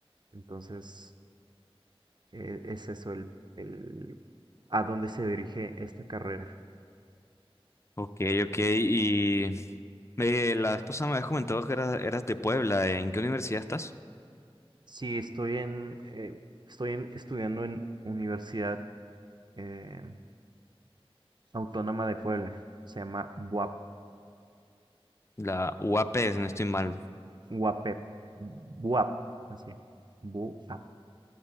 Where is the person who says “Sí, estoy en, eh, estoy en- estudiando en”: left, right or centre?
Right